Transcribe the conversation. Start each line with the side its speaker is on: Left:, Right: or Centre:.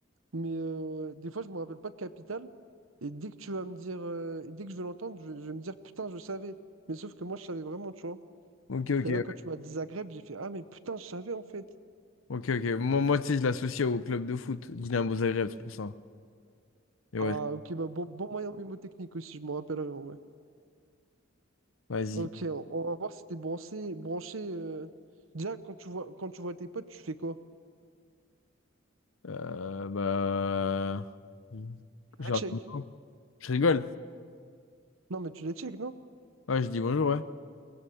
Right: mais euh, des fois, je me rappelle pas de capitale. Et dès que tu vas me dire, euh, dès que je vais l'entendre, je, vais je vais me dire, putain, je savais. Mais sauf que moi, je savais vraiment, tu vois.
Left: Ok, ok,
Right: Et
Left: ouais.
Right: là, quand tu m'as dit Zagreb, j'ai fait, ah, mais putain, je savais, en fait.
Left: ok, ok. Moi, moi, tu sais, je l'associe au club de foot, Dynamo Zagreb, c'est pour ça. Mais
Right: Ah,
Left: ouais,
Right: ok, bah, bon, bon moyen mnémotechnique aussi, je m'en rappellerai, en vrai.
Left: vas-y.
Right: Ok, on, on va voir si t'es branché, branché. euh. Déjà, quand tu vois, quand tu vois tes potes, tu fais quoi?
Left: Euh, bah... Je
Right: La
Left: rigole.
Right: Tchèque.
Left: je rigole.
Right: Non, mais tu les Tchèques, non?
Left: Ouais, je dis bonjour, ouais.